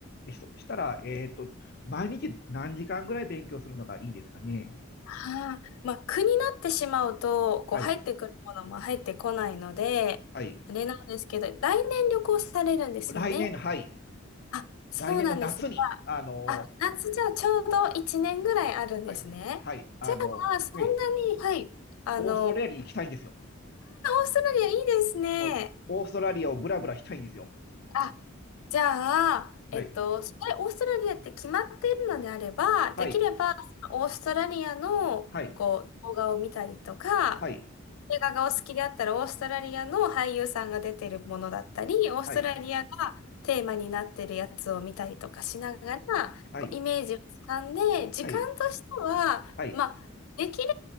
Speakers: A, on the left; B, on the left.
A: ー、そしたら、えっと、毎日何時間ぐらい勉強するのがいいですかね。
B: はあ、まあ、苦になってしまうと、こう、
A: はい、
B: 入ってくるものも入ってこないので、
A: はい。
B: あれなんですけど、来年旅行されるんですよね。
A: 来年の、はい、
B: あ、そうなんです。
A: 来年の夏に、
B: じゃ
A: あの、
B: あ、あ夏じゃあちょうど1年ぐらいあるんですね。
A: はい、はい、あの、
B: じゃあ、そんなに、
A: はい、
B: はい、あの、
A: オーストラリアに行きたいんですよ。
B: オーストラリアいいですね。
A: もう、オーストラリアをブラブラしたいんですよ。
B: あ、じゃあ、
A: はい、
B: えっと、それオーストラリアって決まっているのであれば、
A: はい、
B: できればオーストラリアのこう動画を見たりとか、
A: はい、はい、
B: 映画がお好きであったらオーストラリアの俳優さんが出てるものだったり、オーストラリアがテーマになってるやつを見たりとかしながら、
A: はい、はい、
B: こうイメージをつかんで、時間としては、
A: はい、はい、
B: まあ、できれ